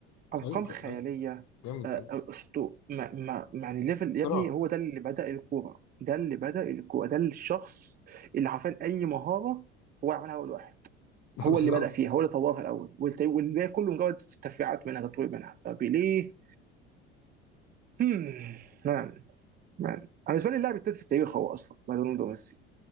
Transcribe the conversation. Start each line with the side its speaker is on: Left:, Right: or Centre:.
Right: ارقام
Left: غريب بجد
Right: خياليه
Left: غريب جامد
Right: آه، آه،
Left: جدا
Right: اسطو ما ما يعني ليفل
Left: اختراع
Right: يا ابني هو ده اللي بدا الكوره ده اللي بدا الكوره ده الشخص اللي عارفين اي مهاره هو عملها اول واحد
Left: <laughs> بالظبط
Right: هو اللي بدأ فيها هو اللي طورها الأول والت- والباقي كله مجرد تفريعات منها تطوير منها فبيليه هم، مان مان أنا بالنسبة لي اللاعب التالت في التاريخ هو أصلا بعد رونالدو وميسي